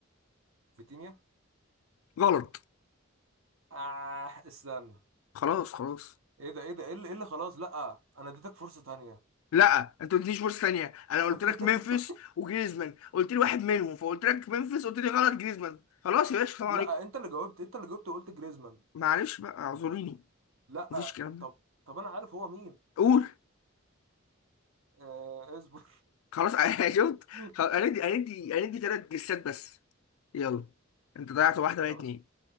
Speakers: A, on the right (about 80°); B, on the left (about 85°).
A: فيتينيا
B: غلط
A: آه استنى
B: خلاص خلاص
A: ايه ده ايه ده ايه اللي, إيه اللي خلاص لا انا اديتك فرصة تانية
B: لا انت ما قلتليش فرصه ثانيه انا قلت
A: <laughs>
B: لك ممفيس وجريزمان قلت لي واحد منهم فقلت لك ممفيس قلت لي غلط جريزمان خلاص يا باشا السلام
A: لا
B: عليكم
A: انت اللي جاوبت انت اللي جاوبت وقلت جريزمان
B: معلش بقى اعذريني
A: لا
B: مفيش الكلام ده
A: طب طب انا عارف هو مين
B: قول
A: آه اصبر
B: خلاص <laughs> انا شفت
A: <laughs>
B: خلاص، هندي هندي هندي ثلاث جسات بس يلا انت ضيعت واحده بقى
A: طب
B: اتنين